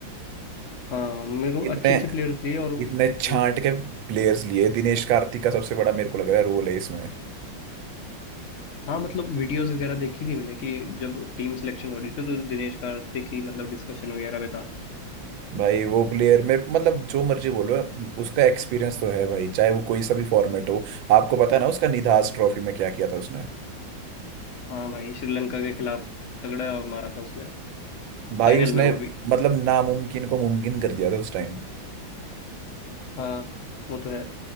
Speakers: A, on the left; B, on the right.
A: हाँ मेरे को
B: इतने
A: अच्छे अच्छे प्लेयर्स लिए और
B: इतने छांट
A: हम्म
B: के प्लेयर्स लिए दिनेश कार्तिक का सबसे बड़ा मेरे को लग रहा है रोल है इसमें
A: हाँ मतलब वीडियोस वगैरह देखी थी मैंने कि जब टीम सिलेक्शन हो रही थी तो दिनेश कार्तिक ही मतलब डिस्कशन वगैरह में था
B: भाई वो प्लेयर मेरे मतलब जो मर्जी बोलो उसका एक्सपीरियंस तो है भाई चाहे वो कोई सा भी फॉर्मेट हो आपको पता है ना उसका निधास ट्रॉफी में क्या किया था उसने
A: हाँ भाई श्रीलंका के खिलाफ तगड़ा मारा था उसने
B: भाई
A: फाइनल
B: उसने
A: में वो भी
B: मतलब नामुमकिन को मुमकिन कर दिया था उस टाइम
A: हाँ वो तो है